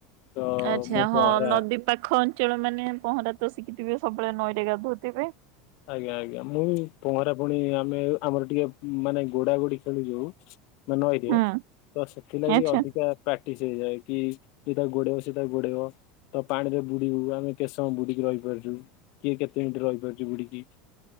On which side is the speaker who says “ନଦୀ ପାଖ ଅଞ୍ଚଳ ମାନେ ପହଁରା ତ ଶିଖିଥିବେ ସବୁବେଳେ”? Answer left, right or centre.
Right